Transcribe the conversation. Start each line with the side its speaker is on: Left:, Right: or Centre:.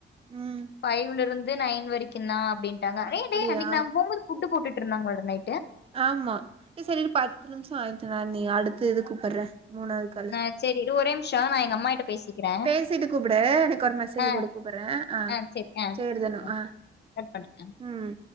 Right: ம்
Left: ஃபைவ்லிருந்து இது நைன் வரைக்கு நா அப்டிண்ட்டாங்க
Right: அப்படியா
Left: டேய் டேய் அன்னைக்கி நாங்க போம்போது ஃபுட்டு போட்டுட் நாங்களோ நைட்டு
Right: ஆமா ஏ செரி இரு பத்து நிமிஷோ ஆயிடுச்சுடா நீ அடுத்து இது கூப்பிடற மூணாவது காலு
Left: அ சரி இரு ஒரே நிமிஷம் நான் எங்க அம்மாகிட்ட பேசிக்கிறேன்.
Right: பேசிட்டு கூப்புடு எனக்கு ஒரு மெசேஜ்
Left: ஆ,
Right: போடு கூப்பட்றே ஆஹ்
Left: ஆ சரி. ஆ,
Right: சேரிதான
Left: ஆ
Right: ஆஹ்
Left: கட் பண்றேன்.
Right: உம்